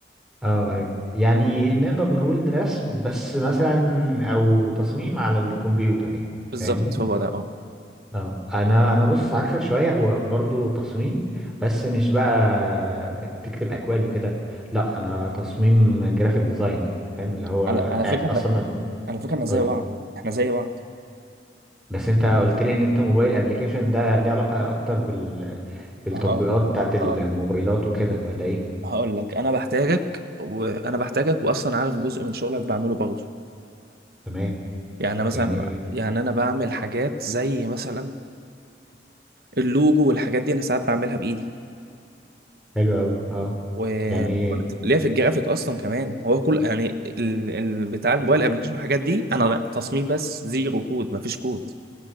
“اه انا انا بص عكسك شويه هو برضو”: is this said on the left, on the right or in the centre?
Centre